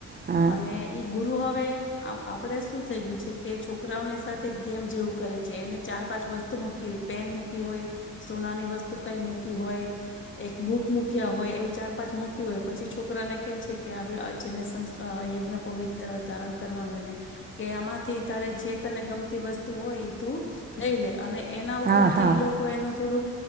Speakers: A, on the right; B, on the left.
A: હા
B: અને ઈ ગુરુ હવે આપણે શું થઈ ગયું છે કે છોકરાઓની સાથે ગેમ જેવું કરે છે એને ચાર પાંચ વસ્તુ મૂકીય પેન મૂકી હોય, સોનાની વસ્તુ કંઈ મૂકી હોય, એક બૂક મૂક્યા હોય એવું ચાર પાંચ મૂક્યું હોય. પછી છોકરાને કહે છે કે આ વે જેને સ યજ્ઞ પવિત્ર ધારણ કરવાનું એને કે આમાં થી તારે જે તને ગમતી વસ્તુ હોય તુ લઈ લે અને એના ઉપર
A: હા હા
B: થી લોકો એનું થોડુંક